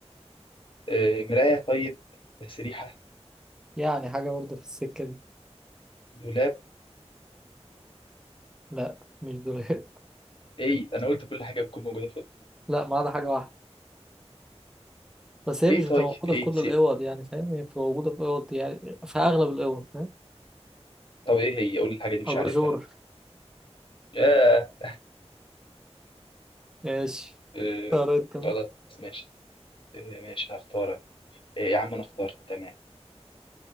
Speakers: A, on the left; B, in the centre.
A: آه، مراية طيب تسريحة
B: يعني حاجة برضه في السكة دي
A: دولاب
B: لا مش دولاب
A: ايه ده انا قلت كل حاجة بتكون موجودة في اوضتك
B: <laughs> لا ما عدا حاجة واحدة بس هي
A: ايه
B: مش بتبقى
A: طيب
B: موجودة
A: ايه
B: في كل
A: سيب
B: الأوض يعني فاهم هي بتبقى موجودة في أوض يعني في أغلب الأوض فاهم
A: طب ايه هي قول لي الحاجة دي مش
B: أباجورة
A: عارفها لا ياه
B: ماشي
A: آه،
B: طب انت بقى.
A: خلاص ماشي آه، ماشي هختارك آه، يا عم انا اخترت تمام